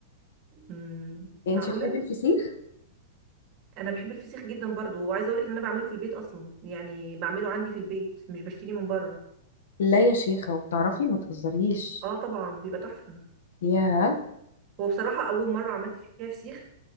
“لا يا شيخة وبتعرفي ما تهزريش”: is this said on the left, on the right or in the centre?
Left